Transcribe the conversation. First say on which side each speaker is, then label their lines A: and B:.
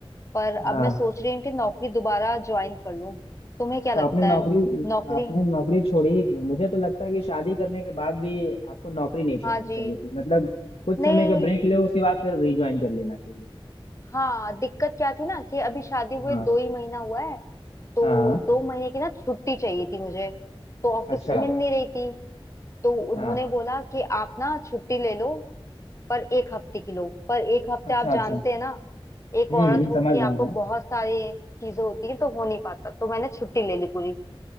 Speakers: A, on the left; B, on the left.
A: पर अब
B: हाँ
A: मैं सोच रही हूँ कि नौकरी दोबारा ज्वाइन कर लूं तुम्हें क्या
B: तो
A: लगता
B: आपने नौकरी
A: है नौकरी
B: आपने नौकरी छोड़ी ही क्यों मुझे तो लगता है कि शादी करने के बाद भी आपको नौकरी नहीं छोड़नी
A: हाँ जी
B: चाहिए थी मतलब कुछ
A: नहीं
B: समय का ब्रेक लो उसके बाद फिर रिज्वाइन कर लेना चाहिए
A: हाँ दिक्कत क्या थी ना कि अभी शादी हुए
B: हाँ
A: दो ही महीना हुआ है तो
B: हाँ हाँ,
A: दो महीने की ना छुट्टी चाहिए थी मुझे तो ऑफिस
B: अच्छा
A: से मिल नहीं रही थी तो उन्होंने
B: हाँ
A: बोला कि आप ना छुट्टी ले लो पर एक हफ्ते की लो पर एक हफ्ते
B: अच्छा
A: आप जानते
B: अच्छा
A: हैं ना एक
B: हम्म
A: औरत
B: हम्म,
A: हो
B: समझ
A: के
B: रहा
A: आपको
B: हूँ मैं
A: बहुत सारी चीजें होती हैं तो हो नहीं पाता तो मैंने छुट्टी ले ली पूरी